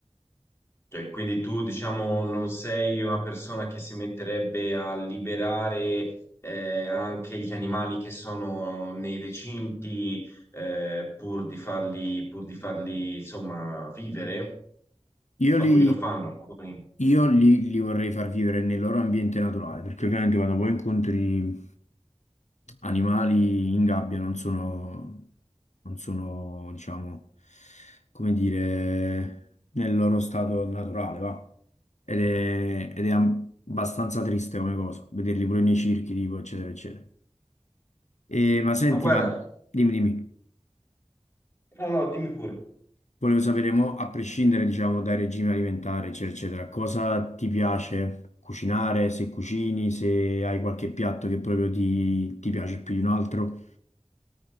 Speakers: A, on the left; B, on the left.
A: Cioè, quindi tu, diciamo, non sei una persona che si metterebbe a liberare eh, anche gli animali che sono nei recinti eh, pur di farli, pur di farli, insomma, vivere?
B: Io
A: Alcuni
B: li,
A: lo fanno, alcuni.
B: io li, li vorrei far vivere nel loro ambiente naturale, perché ovviamente quando poi incontri animali in gabbia non sono, non sono, diciamo, come dire, nel loro stato naturale, va. Ed è, ed è am- abbastanza triste come cosa, vederli pure nei circhi, tipo, eccetera, eccetera. E, ma senti,
A: Ma guarda,
B: ma dimmi, dimmi.
A: no, no, dimmi pure.
B: Volevo sapere, mo, a prescindere, diciamo, dai regimi alimentari, eccetera, eccetera, cosa ti piace cucinare, se cucini, se hai qualche piatto che proprio ti, ti piace più di un altro?